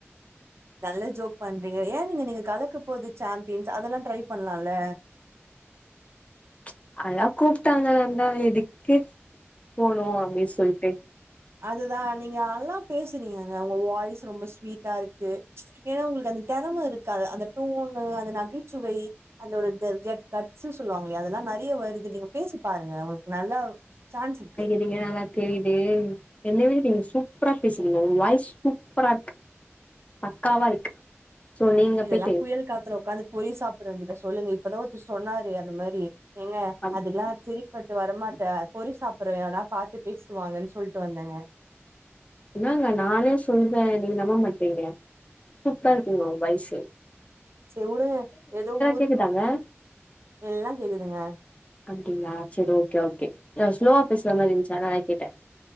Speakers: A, on the right (about 65°); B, on the left (about 30°).
A: நல்ல ஜோக் பண்றீங்க ஏன் நீங்க நீங்க கலக்க போது சாம்பியன்ஸ் அதெல்லாம் ட்ரை பண்ணலாம்ல
B: ச்சு அல்லா கூப்பிட்டாங்கந்தா எதுக்கு போனோம் அப்டி சொல்ட்டு
A: அதுதான் நீங்க நல்லா பேசுறீங்கங்க உங்க வாய்ஸ் ரொம்ப ஸ்வீட்டா இருக்கு ச்சு ஏன்னா உங்களுக்கு அந்த திறமை இருக்கா அந்த டோனு அந்த நகைச்சுவை அந்த ஒரு க கெ கட் கட்ஸ் சொல்லுவாங்களையா அதெல்லாம் நெறைய வருது நீங்க பேசி பாருங்க உங்களுக்கு நல்லா சான்ஸ் இருக்கு
B: இங்க நல்லா தெரியுதே என்ன விட நீங்க சூப்பரா பேசறீங்க உங்க வாய்ஸ் சூப்பரா இருக்கு பக்காவா இருக்கு சோ நீங்க
A: இதெல்லாம்
B: போய்ட்டு
A: புயல் காத்துல உட்காந்து பொரி‌ சாப்டுறவங்கிட்ட சொல்லுங்க இப்பதான் ஒருத்தர் சொன்னாரு அந்த மாரி ஏங்க
B: அப்
A: அதெல்லாம் செரிப்பட் வரமாட்டே பொரி சாப்டுறவன் எவனா பாத்து பேசிட்டு வாங்கன்னு சொல்லிட்டு வந்தேங்க
B: என்னாங்க நானே சொல்றேன் நீங்க நம்ப மாட்ரிங்க சூப்பரா இருக்கு உங்க வைசு
A: செரி உடுங்க ஏதோ ஊர்
B: கேக்குதாங்க
A: எல்லா கேக்குதுங்க
B: அப்டிங்களா செரி ஓகே ஓகே ஸ்லோவா பேசுற மாரி இருந்துச்சு கேட்டன்